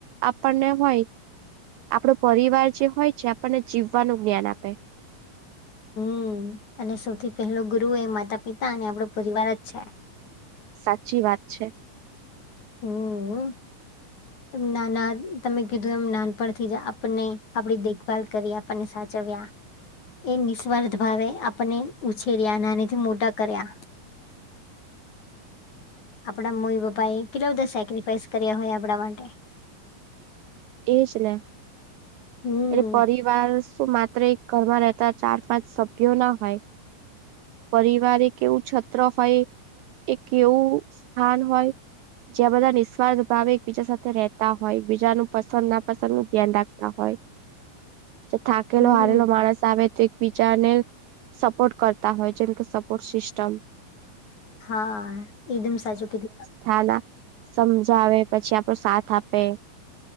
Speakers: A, on the right (about 85°); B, on the left (about 55°).
A: આપણને હોય આપણો પરિવાર જે હોય છે આપણને જીવવાનું જ્ઞાન આપે.
B: હમ્મ અને સૌથી પહેલો ગુરુ એ માતા પિતા અને આપણો પરિવાર જ છે.
A: સાચી વાત છે.
B: હમ્મ. નાના તમે કીધું એમ નાનપણથી જ આપણને આપડી દેખભાલ કરી આપણને સાચવ્યા. એ નિસ્વાર્થ ભાવે આપને ઉછેર્યા નાનીથી મોટા કર્યા. આપણા મમી પપ્પા એ કેટલા બધા સેક્રિફાઈસ કર્યા હોય આપણા માટે.
A: એજ ને
B: હમ
A: એટલે પરિવાર શું માત્ર એક ઘરમાં રહેતા ચાર પાંચ સભ્યો ના હોય. પરિવાર એ કેવું છત્ર હોય એ કેવું સ્થાન હોય. જ્યાં બધા નિસ્વાર્થ ભાવે એકબીજા સાથે રહેતા હોય એકબીજાનું પસંદ ના પસંદ નું ધ્યાન રાખતા હોય તો થાકેલો
B: હમ
A: હારેલો માણસ આવે તો બીજાને સપોર્ટ કરતા હોય જેમ કે સપોર્ટ સિસ્ટમ
B: હા એકદમ સાચું કીધું
A: થા ના સમજાવે પછી આપડો સાથ આપે.